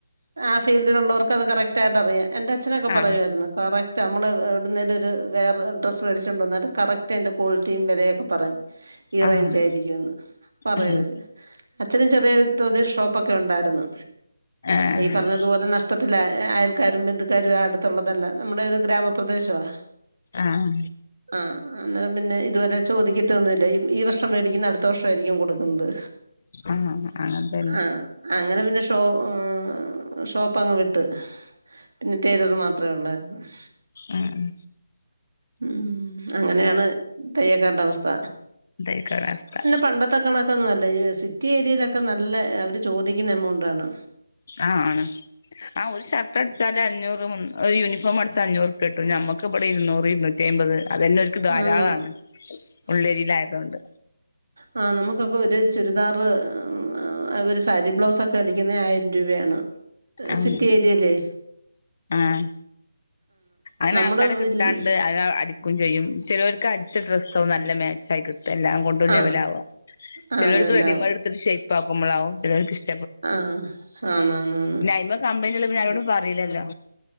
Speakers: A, on the right (about 65°); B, on the left (about 35°).
A: ആഹ് ഫീൽഡിലുള്ളോർക്ക് അത് കറക്റ്റായിട്ടറിയാം എന്റെ അച്ഛനൊക്കെ പറയുവാരുന്നു
B: ആഹ്
A: കറക്റ്റ് അമ്മള് എവ്ട്ന്നേലോര് വേറെ ഡ്രസ് വേടിച്ചോണ്ട് വന്നാല് കറക്റ്റ് അയ്ന്റെ ക്വാളിറ്റിയും വെലയൊക്കെ പറയും ഇറേഞ്ചായിരിക്കുംന്ന്
B: ആഹ്
A: പറയുവര്
B: ഉം
A: അച്ഛന് ചെറിയോര് തോതിൽ ഷോപ്പൊക്കെ ഒണ്ടാരുന്നു
B: ആഹ്
A: ഈ പർഞ്ഞത്പോലെ നഷ് <unintelligible> അയൽക്കാരും ബന്ധുക്കാരും അടുത്തുള്ളതല്ല ന്നമ്മുടെ ഒരു ഗ്രാമപ്രദേശവാ
B: ആഹ്
A: ആഹ് അന്നേരം പിന്നെ ഇത്പോല ചോദിക്കത്തൊന്നുല്ല ഇ ഈ വർഷം മേടിക്കുന്നെ അടുത്ത വർഷവാരിക്കും കൊടുക്കുന്നത്
B: ആഹ് അതന്നെ
A: ആഹ് അങ്ങനെ പിന്നെ ഷോ എഹ് ഷോപ്പങ്ങ് വിട്ട് പിന്നെ ടേലർ മാത്രെ ഒള്ളാരുന്നു ഉം
B: ഉം
A: ഉം അങ്ങനെയാണ് തയ്യക്കാരുടെ അവസ്ഥ
B: തയ്യക്കാരഅവസ്ഥ
A: പണ്ടത്തെക്കണക്കോന്നല്ല എഹ് സിറ്റി ഏരിയേലൊക്കെ നല്ല അവര് ചോദിക്കുന്ന എമൗണ്ടാണ്
B: ആഹ് ആണ് ആഹ് ഒര് ഷർട്ട് അടിച്ചാല് അഞ്ഞൂറ് മു ഒര് യൂണിഫോം അട്ച്ചാഅഞ്ഞൂറുപ്യട്ടും ഞമക്ക് ഇബടെ ഇര്ന്നൂറ് ഇര്ന്നു ന്നുറ്റ്യഅയ്മ്പത്അതന്നെ ഓല്ക്ക് ധാരാളാണ്
A: ആന്ന്
B: ഉള്ളേരിലായതോണ്ട്
A: ആഹ് ന്നമുക്കൊക്കോര് ചുരിദാറ് ആഹ് അതോര് സാരി ബ്ലൗസൊക്കെ അടിക്കുന്നെ ആയിരം രൂപയാണ്
B: ഉം
A: സിറ്റി ഏരിയെലെ
B: ആഹ് അയ്നാൾക്കാരേ
A: നമ്മുടെ വിൽ
B: കിട്ടാണ്ട് അയ്നോ അടി ക്കും ചെയ്യും ചെലോര്ക്ക് അട്ച്ച ഡ്രസ്സും നല്ല മാച്ചായിക്ക് ഇപ്പ എല്ലാം കൊണ്ടും
A: ആ
B: ലെവലാവ
A: ആ
B: ചെലോർക്ക്
A: ലെവലാവും
B: റെഡിമെയ്ഡ് എട്ത്ത്ട്ട് ഷേപ്പാക്കുമ്പളാവും ചെലോർക്ക് ഷ്
A: ആഹ് ആന്നാന്നാന്ന്
B: ഇങ്ങക്ക് കമ്പനി ഇല്ലേപ്പൊന്നാരോടും പറയിലല്ലോ